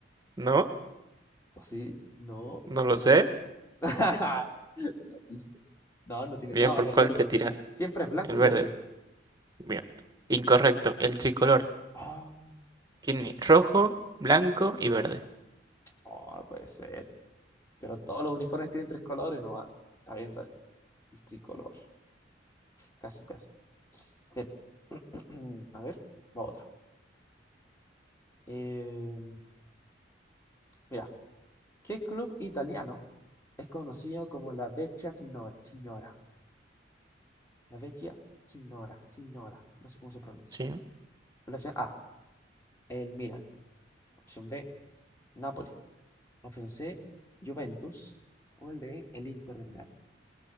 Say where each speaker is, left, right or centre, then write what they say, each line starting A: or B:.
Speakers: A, on the right; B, on the left.
A: no,
B: ¿O sí? No,
A: no lo
B: no.
A: sé.
B: <laughs> La pista. No, no tiene.
A: Bien,
B: No,
A: ¿por
B: es el
A: cuál
B: verde.
A: te tiras?
B: Siempre es blanco
A: El verde.
B: y verde.
A: Bien. Incorrecto. El tricolor
B: Ah,
A: tiene rojo, blanco y verde.
B: Oh, no puede ser. Pero todos los uniformes tienen tres colores, no vale. Está bien, está bien. El tricolor. Casi, casi. Bien. <clears throat> <coughs> A ver, va otra. Eh, mira, ¿qué club italiano es conocido como la Vecchia Sino- Signora? La Vecchia Signora, Signora, no sé cómo se pronuncia.
A: Sí.
B: La opción A, el Milan. Opción B, Napoli. Opción C, Juventus. O el D, el Inter de Milán.